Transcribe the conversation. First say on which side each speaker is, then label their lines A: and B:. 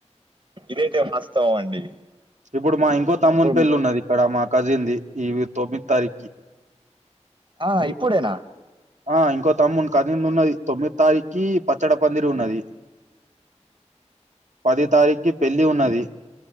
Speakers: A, on the right (about 45°); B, on the right (about 90°).
A: ఇదైతే వాస్తవం అండి.
B: ఇప్పుడు మా ఇంకో తమ్ముని
A: ఇప్పుడు
B: పెళ్లి ఉన్నది ఇక్కడ మా కజిన్ ది ఈవి తొమ్మిది తారీక్కి
A: ఆ ఇప్పుడేనా
B: ఆ ఇంకో తమ్మున్ కజిన్ దున్నది తొమ్మిది తారీక్కి పచ్చడ పందిరి ఉన్నది పది తారీక్కి పెళ్లి ఉన్నది.